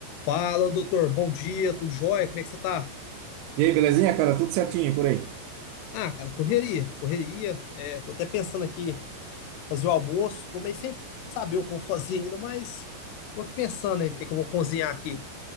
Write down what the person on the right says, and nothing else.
E aí, belezinha, cara? Tudo certinho por aí?